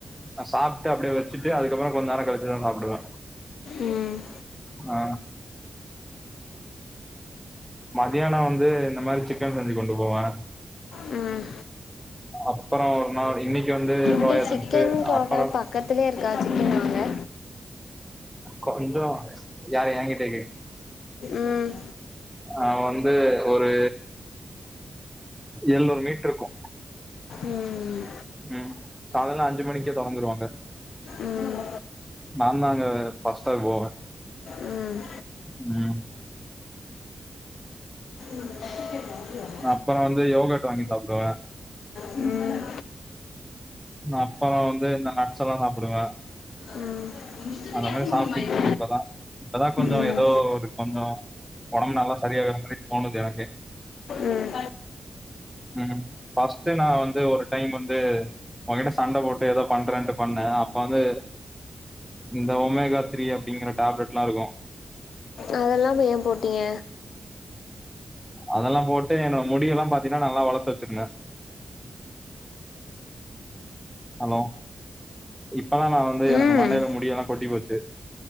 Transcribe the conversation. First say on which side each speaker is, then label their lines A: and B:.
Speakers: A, in the centre; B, on the left (about 85°).
A: நா சாப்ட்டு அப்டியே வச்சிட்டு அதுக்கப்பற கொஞ் நேர கழிச்சுதா சாப்டுவே
B: ம்
A: ஆ மதியான வந்து இந்த மாரி சிக்கன் செஞ்சு கொண்டு போவே
B: ம்
A: அப்பற ஒரு நாள் இன்னைக்கி வந்து சோயா
B: அப்டி சிக்கன்
A: பன்ஸ்
B: கார்டர்
A: அப்புறோ
B: பக்கத்திலே இருக்கா சிக்கன் வாங்க
A: கொஞ்சோ யார என்கிட்ட
B: ம்
A: ஆ வந்து ஒரு எழ்னூறு மீட்டுருக்கு
B: ம் ம்
A: ம் காலல அஞ்சு மணிக்கே தொறந்துருவாங்க
B: ம்
A: நா தாங்க ஃபஸ்டே போவே
B: ம்
A: ம்
B: ே <unintelligible>
A: அப்பற வந்து யோகட் வாங்கி சாப்டுவே
B: ம்
A: அப்பற வந்து இந்த நட்ச்சல்லா சாப்டுவே
B: ம் இஷ்டத்துக்கு
A: அந்த
B: இறக்க
A: மாரி
B: முடியுமா
A: சாப்ட்டுகிட்டு
B: இது
A: இருக்கே இப்பதா இப்பதா கொஞ்சோ
B: ம்
A: ஏதோ ஒரு கொஞ்சோ ஒடம்பு நல்லா சரியாகுற மாரி தோணுது எனக்கே
B: ம்
A: ம் ஃபஸ்ட்டு நா வந்து ஒரு டைம் வந்து ஓங்கிட்ட சண்ட போட்டு ஏதோ பண்றேன்ட்டு பண்ணே அப்ப வந்து இந்த ஒமேகா த்ரீ அப்பிடிங்ற டேப்லெட்ல்லா இருக்கு
B: அதல்லா போய் ஏ போட்டீங்க
A: அதல்லா போட்டு என்னோட முடியெல்லா பாத்தீன்னா நல்லா வளத்து வச்சிருந்தே ஹலோ இப்பல்லா நா வந்து எனக்கு
B: ம்
A: மண்டையில முடி எல்லா கொட்டி போச்சு